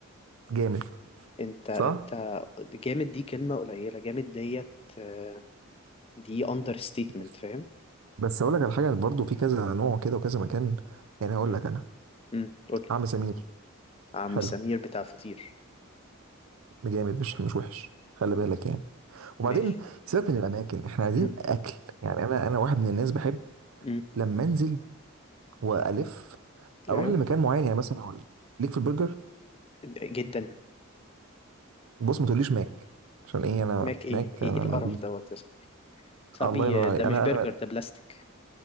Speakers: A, on the right; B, on the left.
A: جامد
B: انت انت
A: صح
B: جامد دي كلمة قليلة جامد ديت آه، دي اندر ستيتمنت
A: ماشي.
B: فاهم
A: بس اقول لك على حاجه برضو في كذا نوع كده وكذا مكان يعني هقول
B: امم
A: لك انا
B: امم قول لي
A: عم سمير
B: عم
A: حلو
B: سمير بتاع الفطير
A: جامد مش مش وحش خلي بالك يعني وبعدين
B: ماشي
A: سيبك من الاماكن احنا عايزين
B: امم
A: اكل يعني انا انا واحد من الناس بحب
B: امم
A: لما انزل والف
B: ايوه
A: اروح لمكان معين يعني مثلا اقول لك، ليك في البرجر
B: جدا
A: بص ما تقوليش ماك عشان ايه انا
B: ماك ايه
A: ماك
B: ايه
A: انا
B: إيه القرف
A: ما...
B: دوت يا صاحبي صاحبي
A: الله ينور
B: آه،
A: عليك
B: ده مش
A: انا
B: برجر
A: انا
B: ده بلاستيك